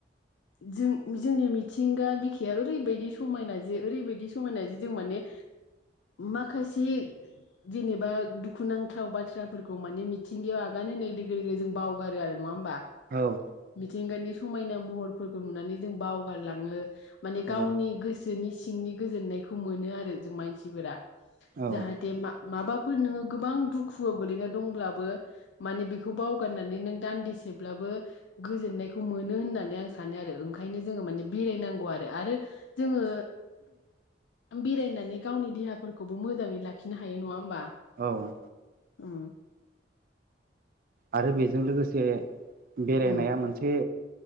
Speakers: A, on the left; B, on the right.
A: जों जोंनि मिथिंगा बिखाया ओरैबायदि समायना जे ओरैबायदि समायना जे जों माने माखासे जेनेबा दुखुनांथाव बाथ्राफोरखौ मानि मिथिंगायाव आगान होनाय लोगो लोगो जों बावगारो आरो नङा होमबा
B: औ
A: मि थिंगानि समायना महरफोरखौ नुनानै जों बावगारलाङो माने
B: औ
A: गावनि गोस सोनि सिंनि गोजोननायखौ मोनो आरो जों मानसिफोरा
B: औ
A: जाहाथे मा माबाफोर नोङो गोबां दुखुआव गोलैना दंब्ला बो माने बेखौ बावगारनानै नों दान्दिसेब्लाबो गोजोननायखौ मोनो होननानै आं सानो आरो ओंखायनो जोङो माने बेरायनांगौ आरो आरो जोङो बेरायनानै गावनि देहाफोरखौबो मोजाङै लाखिनो हायो नङा होमबा
B: औ
A: उम
B: आरो बेजों लोगोसे बेरायनाया
A: उम
B: मोनसे